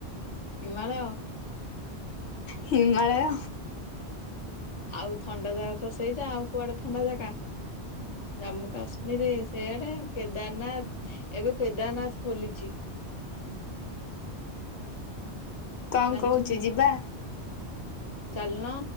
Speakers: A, on the left (about 30°); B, on the left (about 75°).
A: ହିମାଳୟ-
B: ହିମାଳୟ-
A: ଆଉ ଥଣ୍ଡା ଜାଗା ତ ସେଇଟା ଆଉ କୁଆଡେ ଥଣ୍ଡା ଜାଗା ଜାମ୍ମୁ କାଶ୍ମୀର ସେଇଆଡେ କେଦାରନାଥ ଏବେ କେଦାରନାଥ ଖୋଲିଛି-
B: କଣ
A: ଜାଣିଛୁ
B: କହୁଛୁ
A: ନା ନାଇଁ
B: ଯିବା-
A: ଚାଲୁନ